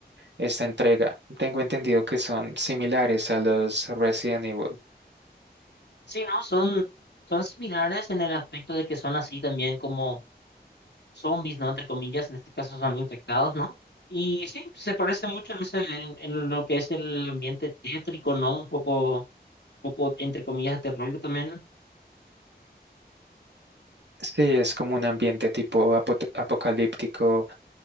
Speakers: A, on the right (about 85°); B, on the left (about 80°).
A: esta entrega. Tengo entendido que son similares a los Resident Evil.
B: Sí, ¿no? Son, son similares en el aspecto de que son así también como zombies, ¿no? Entre comillas, en este caso son infectados, ¿no? Y sí, se parece mucho en, ese, en, en lo que es el ambiente tétrico, ¿no? Un poco, poco entre comillas, de terror también.
A: Sí, es como un ambiente tipo apo- apocalíptico,